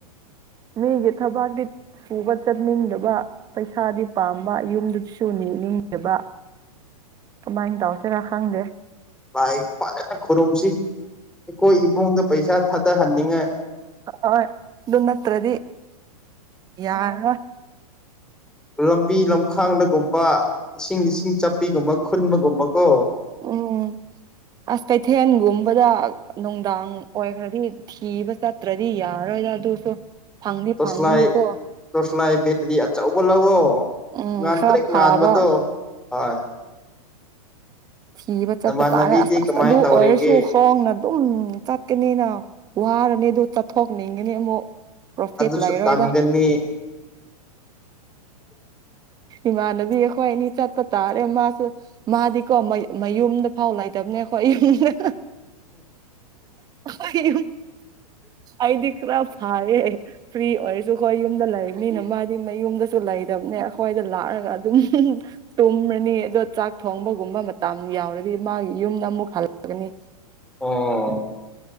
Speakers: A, on the right; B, in the centre.
A: ꯃꯤꯒꯤꯦ ꯊꯕꯥꯔꯗꯤ ꯁꯨꯕ ꯆꯠꯅꯤꯡꯗꯕ ꯄꯩꯁꯥꯗꯤ ꯄꯥꯝꯕ ꯌꯨꯝꯗꯨꯗꯤꯁꯨ ꯅꯤꯅꯤꯡꯗꯕ ꯀꯃꯥꯏꯅ ꯇꯁꯦ ꯔ ꯈꯥꯡꯒꯦ
B: ꯚꯥꯏ ꯐꯖꯅ ꯈꯨꯔꯨꯝꯁꯤ ꯑꯩꯈꯣꯏ ꯏꯃꯨꯡꯗ ꯄꯩꯁꯥ ꯊꯥꯗꯍꯟꯅꯤꯡꯉꯥꯏ
A: ꯍꫭꯏ ꯑꯗꯨꯅꯠꯇ꯭ꯔꯗꯤ ꯌꯔꯥꯔꫭꯏ
B: ꯂꯝꯕꯤ ꯂꯝꯈꯥꯡꯗꯒꯨꯝꯕ ꯂꯤꯁꯤꯡ ꯂꯤꯁꯤꯡ ꯄꯤꯒꯨꯝꯕ ꯈꯨꯟꯃꯒꯨꯝꯕ ꯀꯣ
A: ꯎꯝ ꯑꯁ ꯀꯩꯊꯦꯜꯒꯨꯝꯕꯗ ꯅꯨꯡꯗꯥꯡ ꯑꯣꯏꯈ꯭ꯔꯗꯤ ꯊꯤꯕ ꯆꯠꯇ꯭ꯔꯗꯤ ꯌꯥꯔꯣꯏꯗ ꯑꯗꯨꯁꯨ ꯐꯪꯗꯤ
B: ꯇꫭꯁꯂꯥꯏ
A: ꯐꯪꯒꯅꯤꯀꯣ
B: ꯇꫭꯁꯂꯥꯏ ꯕ‌ꯦꯇꯔꯤ ꯑꯆꯧꯕꯥ ꯂꯧꯑꫭ
A: ꯎꯝ
B: ꯉꯥꯟꯇ꯭ꯔꯛ
A: ꯈꯔ ꯐꯥꯕ
B: ꯉꯕꯗꯨ ꯍꯣꯏ
A: ꯊꯤꯕ ꯆꯠꯄ
B: ꯅꯃꯥꯟꯅꯕꯤꯗꯤ
A: ꯇꯥꯔꯦ ꯑꯁ ꯑꯁ
B: ꯀꯃꯥꯏꯅ
A: ꯑꯗꯨ
B: ꯇꯧꯔꯤꯒꯦ
A: ꯑꯣꯏꯔꯁꯨ ꯈꫭꯡꯅ ꯑꯗꯨꯝ ꯆꯠꯀꯅꯤꯅ ꯋꯥꯔꯅꯤ ꯑꯗꯨ ꯆꯠꯊꯣꯛꯅꯤꯡꯒꯅꯤ ꯑꯃꯨꯛ ꯄ꯭ꯔꯣꯐꯤꯠ
B: ꯑꯗꯨꯁꯨ
A: ꯂꯩꯔꯣꯏꯗ
B: ꯇꯥꯟꯒꯅꯤ
A: ꯏꯃꯥꯟꯅꯕꯤ ꯑꯩ ꯑꯩꯈꯣꯏ ꯑꯅꯤ ꯆꯠꯄ ꯇꯥꯔꯦ ꯃꯥꯁꯨ ꯃꯥꯗꯤꯀꯣ ꯃꯌꯨꯝꯗ ꯐꯥꯎ ꯂꯩꯇꯕꯅꯦ ꯑꯩꯈꯣꯏ ꯌꯨꯝꯗ ꯑꯩ ꯑꯩꯗꯤ ꯈꯔꯥ ꯐꯥꯏꯌꯦ ꯐ꯭ꯔꯤ ꯑꯣꯏꯔꯁꯨ ꯑꯈꫭꯏ ꯌꯨꯝꯗ ꯂꯩꯕꯅꯤꯅ ꯃꯤꯅ ꯃꯥꯗꯤ ꯃꯌꯨꯝꯗ ꯂꯩꯇꯕꯅꯦ ꯑꯩꯈꯣꯏꯗ ꯂꯥꯛꯑꯒ ꯑꯗꯨꯝ ꯇꯨꯝꯃꯅꯤ ꯑꯗꯣ ꯆꯥꯛ ꯊꯣꯡꯕ ꯒꯨꯝꯕ ꯃꯇꯝ ꯌꯥꯎꯔꯗꯤ ꯃꯥꯒꯤ ꯌꯨꯝꯗ ꯑꯃꯨꯛ ꯍꯜꯂꯛꯑꯒꯅꯤ
B: ꯑꯣ